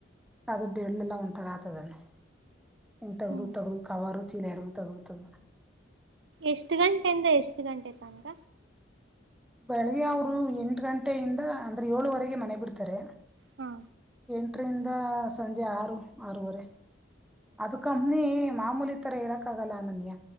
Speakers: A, in the centre; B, on the right.
A: ಅದು ಬೆರಳೆಲ್ಲ ಒಂಥರ ಆತದದಲ್ಲಿ ಹಿಂಗ ತಗ್ದ
B: ಹ್ಮ್
A: ತಗದು ಕವರು. ಯರ <unintelligible> ತಗ್ದು ತಗ್ದು.
B: ಎಷ್ಟ ಗಂಟೆಯಿಂದ ಎಷ್ಟ ಗಂಟೆ ತನ್ಕ.
A: ಬೆಳಿಗ್ಗೆ ಅವರು ಎಂಟ ಗಂಟೆಯಿಂದ ಅಂದ್ರೆ ಏಳುವರೆಗೆ ಮನೆ ಬಿಡ್ತಾರೆ.
B: ಹಾ
A: ಎಂಟರಿಂದ ಸಂಜೆ ಆರು ಆರುವರೆ. ಅದ ಕಂಪ್ನಿ ಮಾಮೂಲಿ ತರ ಹೇಳಕ್ ಆಗಲ್ಲ ಅನನ್ಯ.